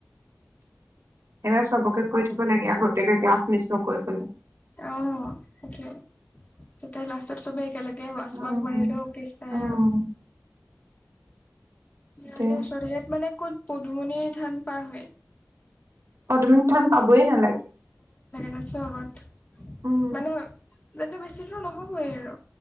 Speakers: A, on the right (about 80°); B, on the left (about 35°).
A: এবাৰ চবকে কৈ থব লাগে আগতিয়াকে ক্লাছ মিচ নকৰিবলে।
B: অ সেইটোৱে। তেতিয়া লাষ্টত সবে একেলগে আচ
A: উম,
B: বাগ বাৰিলেও কেচ নাই
A: উম,
B: আৰু।
A: সেইটোয়ে
B: ইয়ালে ওচৰত ইয়াত মানে ক'ত পদুমণি ধান পাৰ হৈ?
A: পদুমনি থান পাবয়ে নালাগে।
B: ৰাছ আগত
A: উম,
B: মানে যাতে বেছি দূৰ নহবয়ে আৰু।